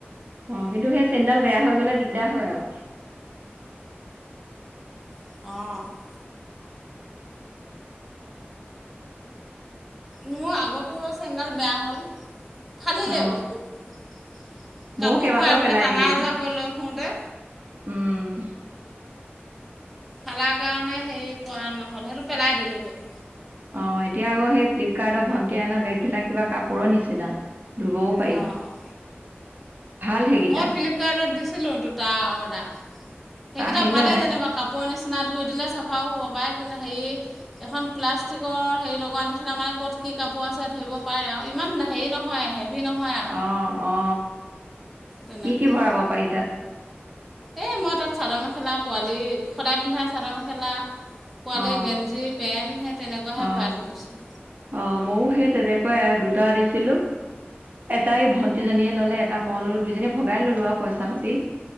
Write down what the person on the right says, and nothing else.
অ কিন্তু সেই চেণ্ডাল বেয়া হৈ গ'লে দিগদাৰ হয় আৰু।
অ
ময়ো কেইবাটাও
দিলো
উম।
অ এতিয়া আকৌ সেই ফ্লিপকাৰ্টৰ ভণ্টি অনা বেগ বিলাক কিবা কাপোৰৰ নিচিনা। ধুবও পাৰি।
ভাল সেইকেইটা
আহিলে
নাই
অ অ
কি কি ভৰাব পাৰি তাত।
অ
অ
অ ময়ো সেই তেনেকুৱাই দুটা দিছিলো এটাই ভন্টিজনীয়ে ললে। এটা মললো দুজনী ভগাই ললো আৰু পইচা সুতি।